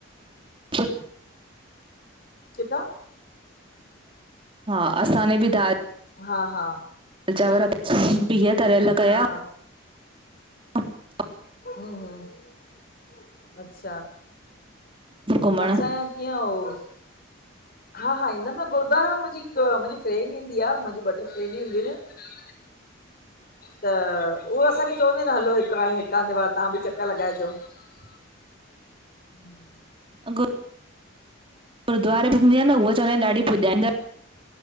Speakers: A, on the right (about 25°); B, on the left (about 45°).
A: ब <inaudible>
B: किथां?
A: हा असाने भी दाल
B: हा हा
A: चांवर बिीह तरियल कया।
B: हा
A: ह <inaudible>
B: हूं -हु- अच्छा।
A: घुमण
B: असांजे कीअं आ हो होे, पोयां आवाज़। हा, हा ईंदमि न गुरुद्वारे में मुंहिंजी हिकु मुंहिंजी फ्रेंड ईंदी आहे। मुंहिंजी ॿ टे फ्रेंड ईंदियीूं आहिन। पोयां आवाज़ अचे तोह -- त उहो असांखे चवंदी न हलो हिकु ह हिकु हंधि बार तव्हां बि चकर लॻाइजो।
A: <inaudible>
B: हम
A: अज् गुरुद्वारे में थींदी आहे न उहा चवंदा आहिन ॾाढी पुॼाईंदा